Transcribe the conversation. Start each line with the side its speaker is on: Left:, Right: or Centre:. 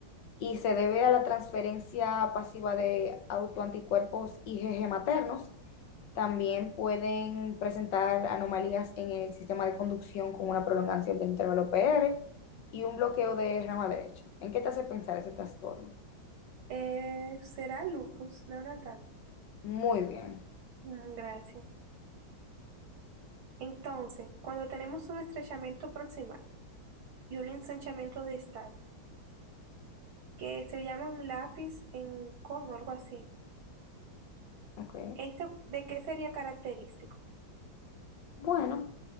Left: Y se debe a la transferencia pasiva de autoanticuerpos IgG maternos. También pueden presentar anomalías en el sistema de conducción con una prolongación del intervalo PR y un bloqueo de rama derecha. ¿En qué te hace pensar ese trastorno?
Right: Eh, será lupus neonatal.
Left: Muy bien.
Right: Mm, Gracias. Entonces, cuando tenemos un estrechamiento proximal y un ensanchamiento distal, que se llaman lápiz en cono, algo así,
Left: Ok.
Right: ¿esto de qué sería característico?
Left: Bueno,